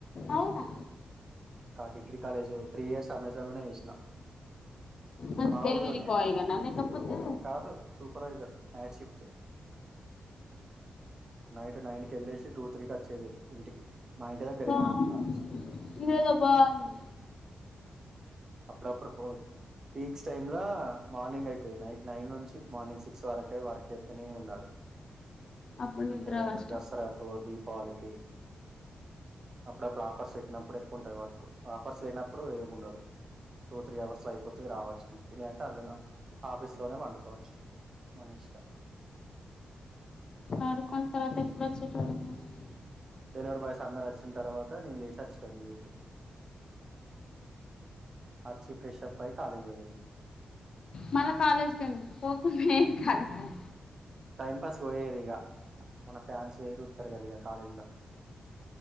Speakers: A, on the left (about 40°); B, on the right (about 30°).
A: అవునా
B: కాద్ degree college three years Amazon లోనే చేసిన
A: మరి
B: మా
A: డెలివరీ
B: ఊర్లోనే
A: బాయ్ గానా లేకపోతే
B: కాదు supervisor night shift night nine కెళ్ళేసి టూ త్రీ కచ్చేది ఇంటికి మా ఇంటి దగ్గరే
A: బాగుంది
B: అది ఆ
A: ఇదేదో బాగుంది
B: అప్పుడప్పుడు ఫోద్ పీక్స్ టైమ్ లా మార్నింగ్ అయితది నైట్ నైన్ నుంచి మార్నింగ్ సిక్స్ వరకే వర్క్ చేత్తనే ఉండాలి
A: అప్పుడు
B: అంటే
A: నిద్ర కష్టం
B: దసరాకు దీపావళికి అప్పుడప్పుడు ఆఫర్స్ పెట్టినప్పుడు ఎక్కువుంటది వర్క్ ఆఫర్స్ లేనప్పుడు ఏముండదు టూ త్రీ అవర్స్ ల అయిపోతది రావచ్చు ఇంటికి లేదంటే అల్లనే ఆఫీస్ లోనే పండుకోవచ్చు మనిష్టం
A: పడుకొని తర్వాత ఎప్పుడచ్చేటోడివి మరి
B: డెలివరీ బాయ్స్ అందరు అచ్చిన్తర్వాత నేను లేసి అచ్చేటోడ్నీ ఇంటికి అచ్చి ఫ్రెషప్ అయి కాలేజ్ కి పోయేది
A: మళ్ళ కాలేజ్ కెందుకు పోకున్నా ఏం కాదు కదా
B: టైం పాస్ పోయేది ఇగ మన ఫ్యాన్స్ ఎదురుయుత్తరు కదా ఇగ కాలేజీ ల